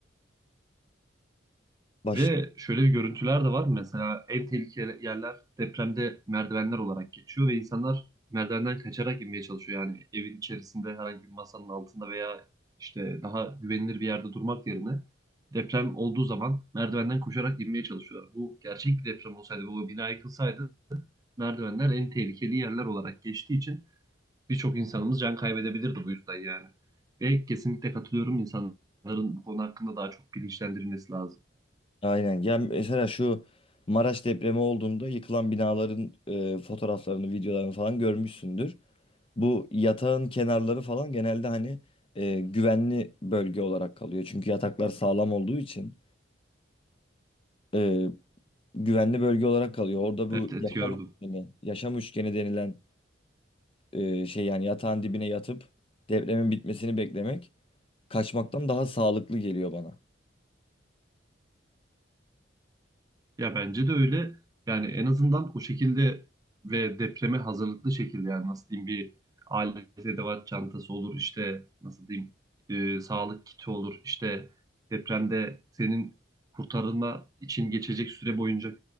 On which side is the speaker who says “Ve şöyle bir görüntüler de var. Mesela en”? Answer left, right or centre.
Right